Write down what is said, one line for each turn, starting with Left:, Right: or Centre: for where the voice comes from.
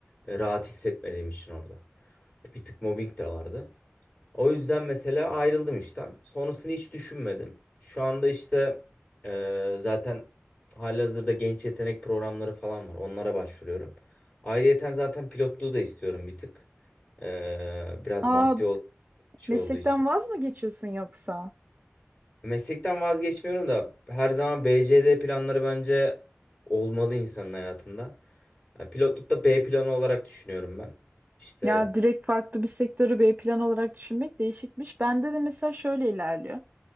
Left: e, rahat hissetmediğim için orada. Bir tık mobbing de vardı. O yüzden mesela ayrıldım işten. Sonrasını hiç düşünmedim. Şu anda işte e, zaten halihazırda genç yetenek programları falan var. Onlara başvuruyorum. Ayrıyeten zaten pilotluğu da istiyorum bir tık. E, biraz
Right: Aa,
Left: maddi ol şey
Right: meslekten
Left: olduğu için.
Right: vaz mı geçiyorsun yoksa?
Left: Meslekten vazgeçmiyorum da her zaman BCD planları bence olmalı insanın hayatında. Ya Pilotlukta B planı olarak düşünüyorum ben. İşte
Right: Ya direkt farklı bir sektörü B plan olarak düşünmek değişikmiş. Bende de mesela şöyle ilerliyor.